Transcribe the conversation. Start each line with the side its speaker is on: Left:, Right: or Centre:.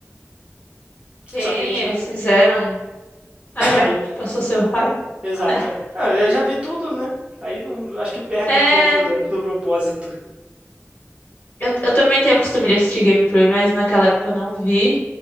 Left: Tem,
Right: Só que aí já.
Left: eles fizeram. Ah,
Right: <laughs>
Left: já
Right: Aí,
Left: passou seu raio.
Right: exato,
Left: <laughs>
Right: é. Ah, eu já vi tudo, né? Aí não, acho que perde
Left: É,
Right: um pouco da- do propósito.
Left: eu, eu também tenho o costume de assistir gameplay, mas naquela época eu não vi.